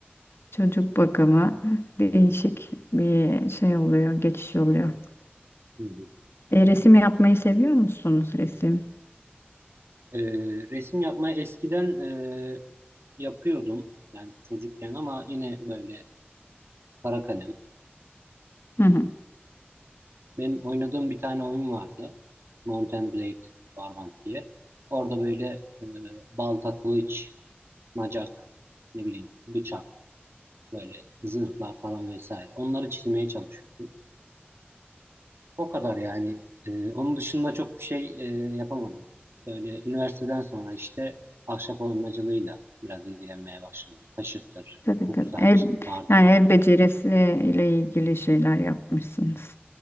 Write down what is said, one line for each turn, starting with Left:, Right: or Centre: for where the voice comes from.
Left: Çocuk bakımı değişik bir şey oluyor, geçiş oluyor.
Right: hı hı.
Left: E, resim yapmayı seviyor musunuz resim?
Right: Ee, resim yapmayı eskiden e, yapıyordum. Yani çocukken ama yine böyle kara kalem.
Left: Hı hı.
Right: Benim oynadığım bir tane oyun vardı. Mount and Blade Barbant diye. Orada böyle e, balta, kılıç, macak, ne bileyim bıçak. Böyle zırhlar falan vesaire. Onları çizmeye çalışıyordum. O kadar yani. Ee, onun dışında çok bir şey e, yapamadım. Böyle üniversiteden sonra işte ahşap oyamacılığıyla biraz ilgilenmeye başladım. Kaşıktır,
Left: Tabii
Right: kuksa,
Left: tabii. El,
Right: işte bardak.
Left: yani el becerisi ile ilgili şeyler yapmışsınız.